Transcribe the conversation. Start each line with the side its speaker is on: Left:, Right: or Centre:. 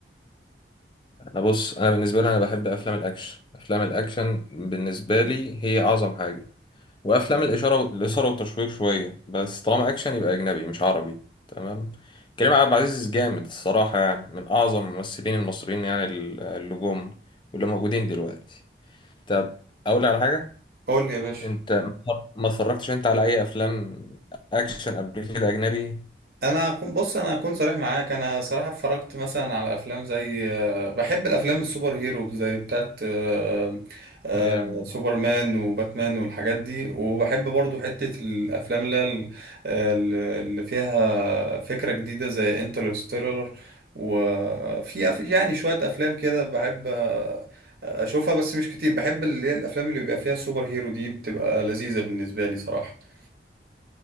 Left: انا بص انا بالنسبه لي انا بحب افلام الاكشن افلام الاكشن بالنسبه لي هي اعظم حاجه وافلام الاشاره الاثاره والتشويق شويه بس طالما اكشن يبقى اجنبي مش عربي تمام كريم عبد العزيز جامد الصراحه يعني من اعظم الممثلين المصريين يعني ال- اللي جم واللي موجودين دلوقتي طب اقول لك على حاجه
Right: قول لي يا باشا
Left: انت ما اتفرجتش انت على اي افلام اكشن قبل كده اجنبي
Right: انا كنت بص انا اكون صريح معاك انا صراحه اتفرجت مثلا على افلام زي آه، بحب الافلام السوبر هيرو زي بتاعت آه، آه،
Left: جامد
Right: سوبرمان وباتمان والحاجات دي وبحب برضو حته الافلام اللي هي ال- ال- اللي فيها فكره جديده زي انترستيلر وفي أف- يعني شويه افلام كده بحب آه، اشوفها بس مش كتير بحب اللي هي الافلام اللي بيبقى فيها السوبر هيرو دي بتبقى لذيذه بالنسبه لي صراحه